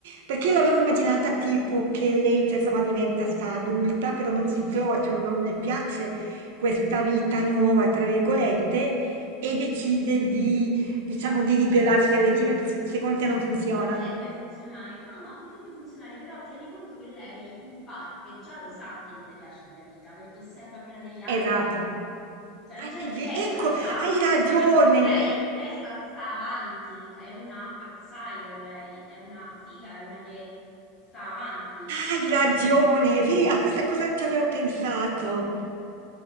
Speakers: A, on the right; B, on the left.
A: perché io l'avevo immaginata tipo che lei, cioè, insomma, diventa sta adulta, però non si trova, cioè non le piace questa vita nuova, tra virgolette, e decide di, diciamo, di ribellarsi al regime, per- se- secondo te non funziona.
B: Potrebbe funzionare, no, no, potrebbe funzionare, però tieni conto che lei in parte già lo sa che non le piace quella vita perché osserva quella degli altri.
A: Esatto.
B: Cioè,
A: Ah,
B: già-
A: è
B: lei
A: ve- ecco,
B: già lo sa
A: hai ragione,
B: e soprattutto lei, lei sta, sta avanti, è una outsider lei, è una figa, è una che sta avanti,
A: hai
B: capito?
A: ragione, vedi, a questa cosa non ci avevo pensato.